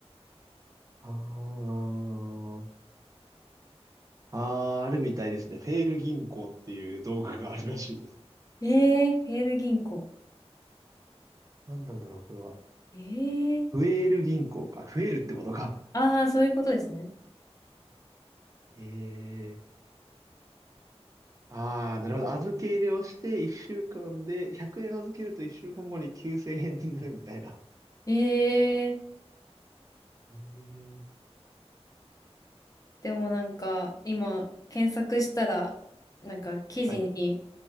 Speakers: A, on the right; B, on the left.
A: ああ、ああ、あるみたいですね。フェール銀行っていう道具があるらしいです。
B: <laughs> えー、フェール銀行。
A: 何なんだろう、これは。
B: えー、
A: フエール銀行か。増えるってことか。
B: ああ、そういうことですね。
A: ええああ、なるほど。預け入れをして1週間で100円預けると1週間後に9000円になるみたいな。
B: えー、
A: ええ。
B: でもなんか今検索したら、なんか記事に
A: はい。